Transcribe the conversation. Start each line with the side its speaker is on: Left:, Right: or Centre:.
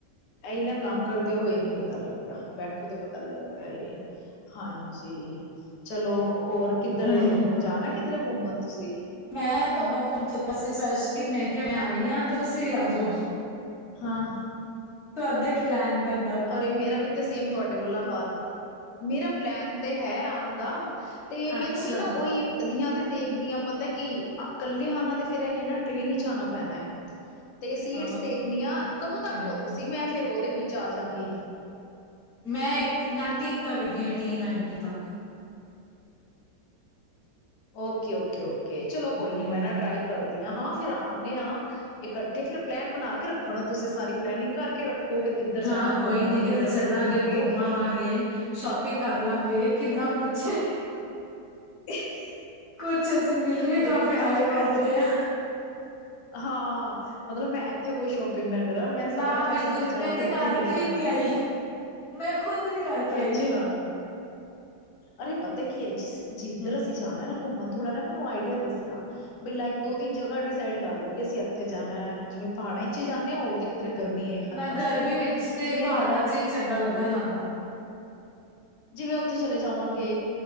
Left: ਏ ਈ ਨਾ ਕੰਮ ਕਰਦੇ ਹੋਏ ਨੀ ਪਤਾ ਲੱਗਦਾ। ਬੈਠੋ ਤੇ ਪਤਾ ਲੱਗਦਾ ਏ। ਹਾਂਜੀ। ਚਲੋ ਔਰ ਕਿੱਧਰ,
Centre: ਹੂੰ
Left: ਜਾਣਾ ਕਿੱਧਰੇ ਘੁੰਮਣ ਤੁਸੀਂ?
Centre: ਮੈਂ ਤਾਨੂੰ ਫੋਨ ਕੀਤਾ ਸੀ, ਸਪੈਸ਼ਲੀ, ਮੈਂ ਕਿਆ ਮੈਂ ਆਈ ਆਂ ਤੇ ਤੁਸੀਂ ਵੀ ਆ ਜੋ।
Left: ਹਾਂ।
Centre: ਤੁਆਡਾ ਕੀ ਪਲੈਨ ਬਨ
Left: ਅਰੇ ਮੇਰਾ ਵੀ ਤੇ ਸੇਮ ਤੁਆਡੇ ਵਾਲਾ ਹਾਲ ਨਾ। ਮੇਰਾ ਪਲੈਨ ਤੇ ਹੈ ਆਣ ਦਾ ਤੇ
Centre: ਅੱਛਾ
Left: ਮੈਨੂੰ ਵੀ ਨਾ ਓਈ। ਦੀਆਂ ਤੇ ਦੇਖਦੀਆਂ ਪਤਾ ਕੀ, ਕੱਲੇ ਆਣਾ ਤੇ ਫੇਰ ਐਈ ਐ ਨਾ ਟ੍ਰੇਨ ਇਚ ਆਣਾ ਪੈਣਾ ਐ। ਤੇ ਸੀਟਸ
Centre: ਹਾਂ ਉਹ
Left: ਦੇਖਣੀਆਂ। ਕਦੋਂ ਤੱਕ
Centre: ਤੇ ਹੈ
Left: ਓ ਤੁਸੀਂ, ਮੈਂ ਫੇਰ ਉਹਦੇ ਵਿੱਚ ਆ ਜਾਂਗੀ।
Centre: ਮੈਂ ਏ ਨਾਈਨਟੀਨ ਤੱਕ ਹੈਗੀ ਆਂ, ਏਟੀਨ ਨਾਈਨਟੀਨ ਤੱਕ।
Left: Okay okay okay. ਚਲੋ ਕੋਈ
Centre: ਹੂੰ।
Left: ਨੀ, ਮੈਂ ਨਾ ਟਰਾਈ ਕਰਦੀ ਆਂ। ਹਾਂ ਫਿਰ ਆਂਨੇ ਆਂ। ਇਕੱਠੇ ਫਿਰ ਪਲੈਨ ਬਣਾ ਕੇ ਰੱਖੋ ਨਾ, ਤੁਸੀਂ ਸਾਰੀ ਪਲੈਨਿੰਗ ਕਰਕੇ ਰੱਖੋ ਫਿਰ। ਕਿੱਧਰ ਜਾਣਾ
Centre: ਹਾਂ ਕੋਈ
Left: ਘੁੰਮਣ
Centre: ਨੀ, ਕਿਤੇ
Left: ਫਿਰ ਇਕੱਠੇ
Centre: ਚੱਲਾਂਗੇ,
Left: ਘੁੰਮਾਂਗੇ
Centre: ਘੁੰਮ ਆਵਾਂਗੇ। ਸ਼ੋਪ ਪਿੰਗ ਕਰ ਲਾਂਗੇ, ਕਿੰਨਾ ਕੁੱਝ ਐ।
Left: <unintelligible>
Centre: ਕੁਛ ਅਸੀਂ ਮਿਲ ਵੀ
Left: ਮਤਲਬ
Centre: ਕਾਫੀ
Left: ਕਿ ਮੈਂ
Centre: ਟਾਈਮ
Left: ਇੱਥੇ
Centre: ਬਾਦ
Left: ਪੈਸ
Centre: ਰਏ ਆਂ।
Left: ਹਾਂ, ਮਤਲਬ ਮੈਂ ਇੱਥੇ ਕੋਈ ਸ਼ੋਪ ਪਿੰਗ ਨ ਕਰਾਂ। ਮੈਂ
Centre: ਨਾ
Left: ਸਾਰਾ ਪੈਸਾ
Centre: ਬਿਲਕੁਲ
Left: ਬਚਾ
Centre: ਵੀ ਮੈਂ
Left: ਕੇ
Centre: ਤੇ
Left: ਉੱਥੇ
Centre: ਕਰਕੇ
Left: ਈ ਲੈ ਕੇ
Centre: ਹੀ
Left: ਆਂਨੀ
Centre: ਨਹੀਂ ਆਈ
Left: ਆਂ।
Centre: ਮੈਂ ਖੁਦ ਨੀ ਕਰਕੇ
Left: ਅੱਛਾ,
Centre: ਆਈ।
Left: ਅਰੇ ਪਤਾ ਕੀ ਐ, ਜਿਸ ਜਿੱਧਰ
Centre: ਹੂੰ,
Left: ਅਸੀਂ ਜਾਣਾ ਐ ਨਾ ਘੁੰਮਣ, ਥੋੜ੍ਹਾ ਨਾ ਮੈਨੂੰ ਆਈਡੀਆ ਦੱਸਣਾ। ਬਈ ਲਾਈਕ ਦੋ ਤਿੰਨ ਜਗ੍ਹਾ ਡਿਸਾਈਡ ਕਰ ਲਓ, ਕਿ ਅਸੀਂ ਇੱਥੇ ਜਾਣਾ ਜਿਵੇਂ ਪਹਾੜਾਂ ਇਚ ਈ ਜਾਂਨੇ ਆਂ ਹੋਰ ਕਿੱਧਰੇ ਗਰਮੀ ਏ ਹਰ
Centre: ਨਾ
Left: ਪਾਸੇ,
Centre: ਗਰਮੀ ਵਿੱਚ ਤੇ
Left: ਜਿਵੇਂ
Centre: ਪਹਾੜਾਂ ਚ ਚੰਗਾ ਲੱਗਦੈ ਜਾਣਾ।
Left: ਜਿਵੇਂ ਉੱਥੇ ਚਲੇ ਜਾਵਾਂਗੇ